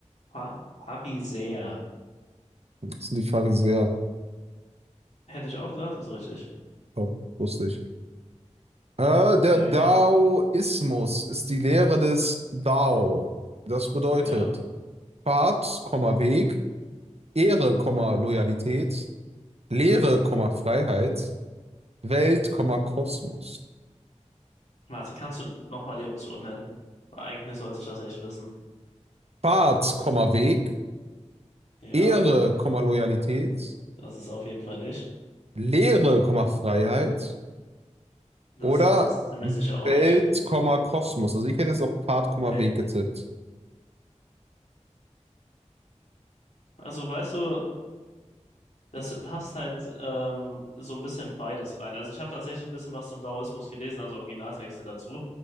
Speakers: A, on the left (about 65°); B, on the right (about 55°).
A: Pha- Pharisäer?
B: Das sind die Pharisäer.
A: Hätte ich auch gesagt, ist richtig.
B: Top, wusste ich. Äh, der
A: Nee,
B: Daoismus ist die Lehre des Dao. Das bedeutet
A: ja.
B: Pfad, Komma, Weg, Ehre, Komma, Loyalität, Lehre, Komma, Freiheit, Welt, Komma, Kosmos.
A: Warte, kannst du nochmal die Option nennen? Weil Eigentlich sollte ich das echt wissen.
B: Fahrt, Komma, Weg,
A: Ja,
B: Ehre, Komma, Loyalität,
A: das ist auf jeden Fall nicht.
B: Lehre, Komma, Freiheit
A: Das
B: oder
A: ist es ziemlich sicher auch
B: Welt,
A: nicht.
B: Komma, Kosmos. Also ich hätte jetzt auch Fahrt, Komma,
A: Im Welt.
B: Weg getippt.
A: Also weißt du, das passt halt ähm, so ein bisschen beides rein. Also ich habe tatsächlich ein bisschen was zum Daoismus gelesen, also Originaltexte dazu.